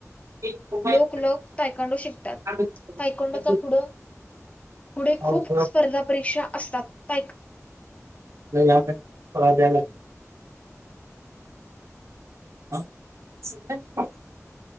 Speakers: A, on the right; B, on the left.
A: एक मोबाईल
B: लोक-लोक तायकांडो शिकतात,
A: आम्ही करतो.
B: तायखांडोचा पुढं-पुढे
A: पावसाळ्यात
B: खूप स्पर्धा परीक्षा. असतात स्थायिक.
A: मला <unintelligible> हा <unintelligible>